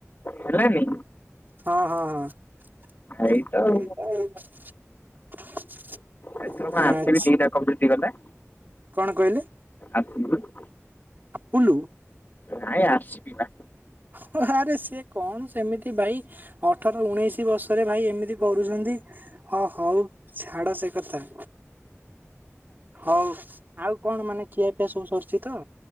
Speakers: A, on the left; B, on the right.
A: ହେଲାନି
B: ହଁ ହଁ ହଁ।
A: ଏଇ ତ ଆଉ।
B: <inaudible>
A: ଏଥର କଣ ଆର
B: ଆଛା
A: ସି ବି ଦିଟା କପ୍ ଜିତିଗଲା।
B: କଣ କହିଲେ?
A: ଆସିବି।
B: ଆପୁଲୁ।
A: ନାଇଁ ଆର୍ ସି ବି ବା।
B: ହ ଆରେ ସିଏ କଣ ସେମିତି ଭାଇ ଅଠର ଉଣେଇଶି ବର୍ଷରେ ଭାଇ ଏମିତି କରୁଛନ୍ତି। ହଁ ହଉ ଛାଡ ସେ କଥା। ହଉ ଆଉ କଣ ମାନେ ଖିଆ ପିଆ ସବୁ ସରିଛି ତ?